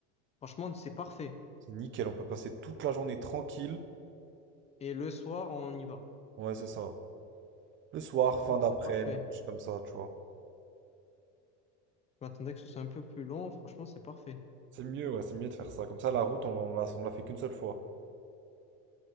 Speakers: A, on the left; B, on the right.
A: Franchement, c'est parfait.
B: C'est nickel, on peut passer toute la journée tranquille.
A: Et le soir, on y va.
B: Ouais, c'est ça. Le soir, fin
A: Non,
B: d'après-midi,
A: c'est parfait.
B: quelque chose comme ça, tu vois.
A: Je m'attendais que ce soit un peu plus long. Franchement, c'est parfait.
B: C'est mieux, ouais, c'est mieux de faire ça. Comme ça, la route, on, on la, on la fait qu'une seule fois.